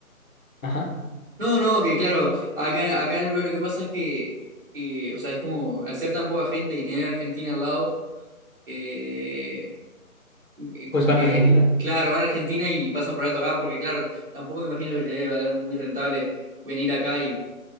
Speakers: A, on the left; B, on the right.
A: ajá,
B: No, no, que claro, acá, acá en realidad lo que pasa es que, eh, o sea, es como, al ser tan poca gente y tener a Argentina al lado, eh, eh, como
A: pues van
B: que,
A: a Argentina.
B: claro, van a Argentina y pasan por alto acá, porque claro, tampoco me imagino que les debe valer muy rentable venir acá y